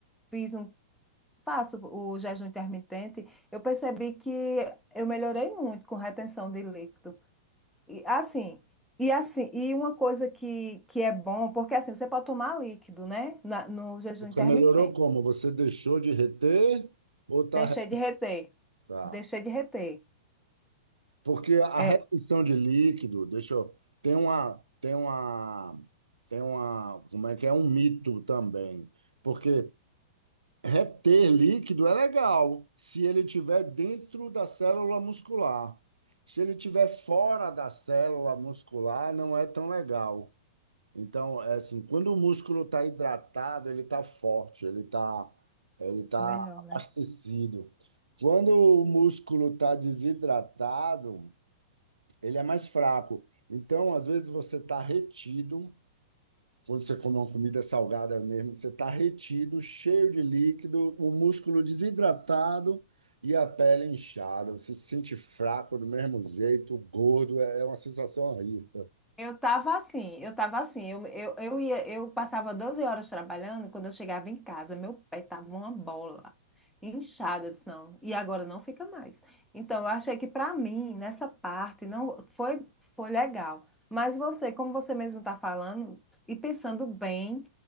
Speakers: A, in the centre; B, on the right (about 80°).
A: fiz um, faço o jejum intermitente, eu percebi que eu melhorei muito com retenção de líquido. E assim, e assim, e uma coisa que, que é bom, porque assim, você pode tomar líquido, né? na- no jejum
B: você
A: intermitente.
B: melhorou como? Você deixou de reter ou tá?
A: Deixei de reter,
B: tá.
A: deixei de reter.
B: Porque a
A: É,
B: retenção de líquido, deixa eu, tem uma, tem uma, tem uma, como é que é? Um mito também. Porque reter líquido é legal se ele estiver dentro da célula muscular. Se ele estiver fora da célula muscular, não é tão legal. Então, é assim, quando o músculo está hidratado, ele está forte, ele está ele tá
A: é melhor, né?
B: abastecido. Quando o músculo está desidratado, ele é mais fraco. Então, às vezes, você está retido, quando você come uma comida salgada mesmo, você está retido, cheio de líquido, o músculo desidratado e a pele inchada. Você se sente fraco do mesmo jeito, gordo, é é uma sensação horrível.
A: Eu tava assim, eu tava assim, eu, eu, eu ia, eu passava 12 horas trabalhando, quando eu chegava em casa, meu pé tava uma bola, inchado, eu disse, não, e agora não fica mais. Então, eu achei que para mim, nessa parte, não foi, foi legal. Mas você, como você mesmo tá falando, e pensando bem,